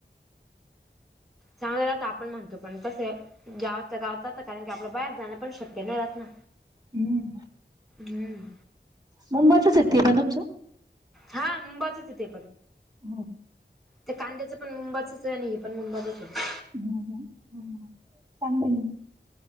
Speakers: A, in the centre; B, on the right.
A: चांगलं ना तर आपण म्हणतो पण कसं आहे. गावतल्या गावात कारण की आपलं बाहेर जान पण शक्य नाही रात ना.
B: हम्म
A: हम्म.
B: मुंबयच येत पण तुमचं.
A: हा मुंबाचच येथे.
B: हम्म
A: ते कांद्याचं पण मुंबाच आहे आणि हे पण मुंबातच आहे
B: हो सांग म <inaudible>